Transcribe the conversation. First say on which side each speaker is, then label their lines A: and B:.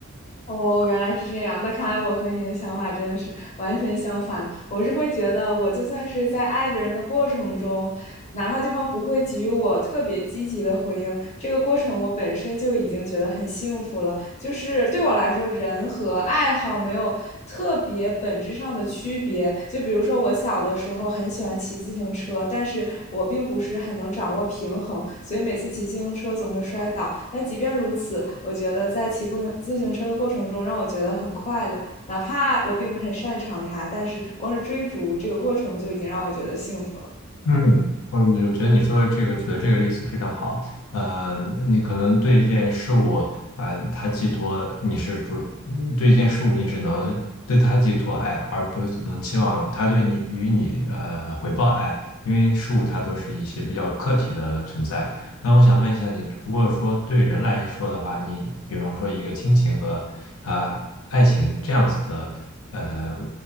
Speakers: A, on the left; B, on the left.
A: 哦，原来是这样。那看来我和你的想法真的是完全相反。我是会觉得，我就算是在爱别人的过程中，哪怕对方不会给予我特别积极的回应，这个过程我本身就已经觉得很幸福了。就是对我来说，人和爱好没有特别本质上的区别。就比如说，我小的时候很喜欢骑自行车，但是我并不是很能掌握平衡，所以每次骑自行车总会摔倒。但即便如此，我觉得在骑过自行车的过程中，让我觉得很快乐。哪怕我并不是很擅长它，但是光是追逐这个过程就已经让我觉得幸福了。
B: 嗯，我就觉得你说的这个，举的这个例子非常好。呃，你可能对一件事物，啊，它寄托你是主，嗯对一件事物你只能对它寄托爱，而不能期望他对你与你呃回报爱，因为事物它都是一些比较客体的存在。那我想问一下你，如果说对人来说的话，你比方说一个亲情和啊、呃爱情这样子的呃